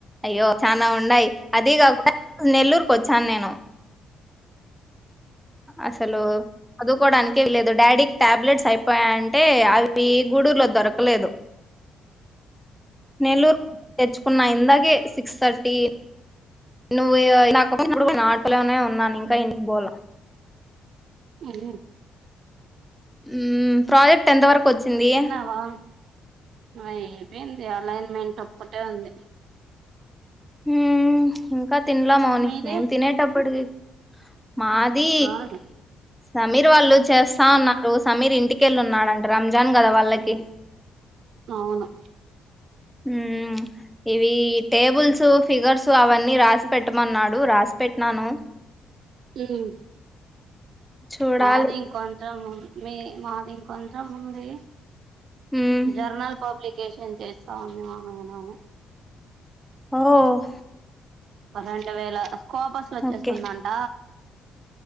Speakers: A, in the centre; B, on the right.
A: అయ్యో చనా ఉండై అది గాకున్డా నెల్లూర్కోచాన్ నేను అసలు చదువుకోవడానికే వీలేదు డాడీకి టాబ్లెట్స్ అయిపోయా అంటే అవి గూడూరులో దొరకలేదు నెల్లూర్ తెచ్చుకున్నా ఇందాకే సిక్స్ థర్టీ నువ్వు నాకు ఫోన్ చేసినప్పుడు గూడా ఆటోలోనే ఉన్నాను ఇంకా ఇంటికి పోళ్ళ
B: హ్మ్
A: హ్మ్ ప్రాజెక్ట్ ఎంత వరకు వచ్చింది
B: తిన్నావా ఆ ఐపోయింది అలైన్మెంట్ ఒకటే ఉంది
A: హ్మ్ ఇంకా తినలా మౌని
B: మీది
A: మేం తినేటప్పటికి మాది
B: అవును
A: సమీర్ వాళ్ళు చేస్తా ఉన్న రో సమీర్ ఇంటికెళ్ళు ఉన్నాడుంట రంజాన్ కదా వాళ్ళకి
B: అవును
A: మ్మ్ ఇవి టేబుల్స్ ఫిగర్సు అవన్నీ రాసి పెట్టమన్నాడు రాసి పెట్టినాను.
B: మ్మ్
A: చూడాలి
B: మాది ఇంకొంత అమౌం మే మాది ఇం కొంచెం ఉంది
A: హ్మ్
B: జర్నల్ పబ్లిక్ కేషన్ చేస్తా అని అన అనను
A: ఓహ్
B: ఓ రెండు వేల కోపస్లు వచ్చేస్తుందంట
A: ఓకే